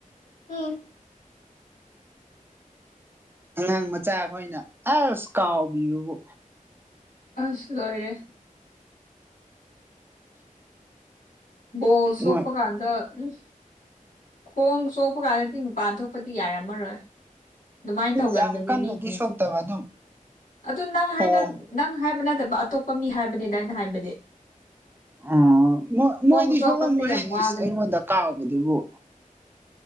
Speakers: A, on the left; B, on the right.
A: ꯎꯝ꯫
B: ꯑꯉꯥꯡ ꯃꯆꯥ ꯑꯩꯈꯣꯏꯅ ꯑꯁ ꯀꯥꯎꯕꯤꯕꯕꯨ꯫
A: ꯑꯁ ꯂꯣꯏꯔꯦ꯫ ꯕꯣꯜ ꯁꯣꯛꯄꯀꯥꯟꯗ꯫
B: ꯃꯣꯏ
A: ꯎꯝ ꯈꯣꯡ ꯁꯣꯛꯄ ꯀꯥꯟꯗꯗꯤ ꯃꯄꯥꯟ ꯊꯣꯛꯄꯗꯤ ꯌꯥꯔꯝꯃꯔꯣꯏ꯫ ꯑꯗꯨꯃꯥꯏꯅ ꯇꯧꯒꯟꯕꯅꯦ
B: ꯌꯥꯝ ꯀꯟꯅꯗꯤ
A: ꯃꯤꯁꯤꯡꯁꯦ
B: ꯁꯣꯛꯇꯕ ꯑꯗꯨꯝ
A: ꯑꯗꯨ ꯅꯪ ꯍꯥꯏꯅ꯫
B: ꯄꯣꯝ
A: ꯅꯪ ꯍꯥꯏꯕ ꯅꯠꯇꯕ ꯑꯇꯣꯞꯄ ꯃꯤ ꯍꯥꯏꯕꯅꯤꯗ ꯑꯩꯅ ꯍꯥꯏꯕꯗꯤ꯫
B: ꯑꯝ ꯃꯣꯏꯗꯤ
A: ꯈꯣꯡ ꯁꯣꯛꯄꯁꯦ
B: ꯁꯣꯛꯂꯝꯃꯣꯏꯍꯦ
A: ꯌꯥꯝ ꯋꯥꯕꯅꯦ
B: ꯑꯩꯉꯣꯟꯗ ꯀꯥꯎꯕꯗꯨꯕꯨ꯫